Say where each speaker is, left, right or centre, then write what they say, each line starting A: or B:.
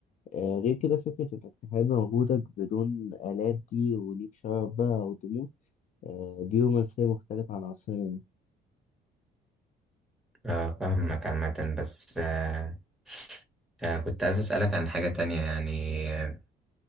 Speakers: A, on the left; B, in the centre.
A: آه، غير كده فكرة إنك تحارب وجودك بدون آلات دي وليك شرف بقى أو تموت آه، دي رومانسية مختلفة عن عصرنا يعني.
B: آه، فاهمك عامة بس آه، آه، كنت عايز أسألك عن حاجة تانية يعني آه،